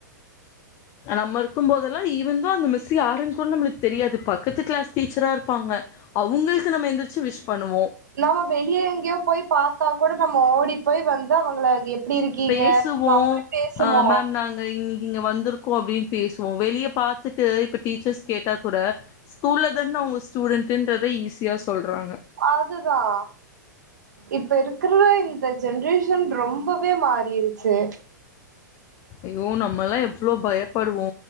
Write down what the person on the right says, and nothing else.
நம்ம வெளிய எங்கேயோ போய் பாத்தா கூட நம்ம ஓடி போய் வந்து அவங்கள எப்படி இருக்கீங்க
அப்படி பேசுவோம்
அதுதா இப்ப இருக்குற இந்த ஜென்ரேஷன் ரொம்பவே மாறிருச்சு